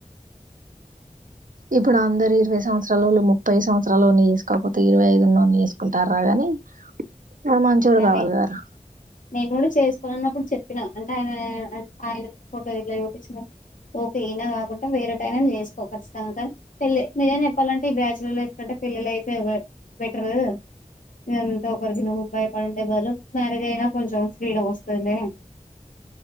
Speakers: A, on the right (about 80°); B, on the left (about 70°).
A: ఇప్పుడు అందరు ఇరవై సంవత్సరాాల ముప్పై సంవత్సరాలు తీసుకపోతే ఇరవై ఐదున్న తీసుకుంటారాగాని మ మంచూడు
B: కానీ
A: కావాలి గారు
B: నేను కూడా చేసుకోన అన్నప్పుడు చెప్పినా అంటే ఆయన ఆయన ఫోటో దగ్గర చూపించిన ఓకే అయినా కాకుండా వేరే టైనా చేసుకోకచ్చుతను నిజం చెప్పాలంటే ఈ బ్యాచులర్ లైఫ్ కంటే పిల్లలే లైఫ్ ఒక బెటరు ఇదంతా ఒకరిజిన భయపడిండేవరు మ్యారేజ్ అయినా కొంచెం ఫ్రీడమ్ వస్తుంది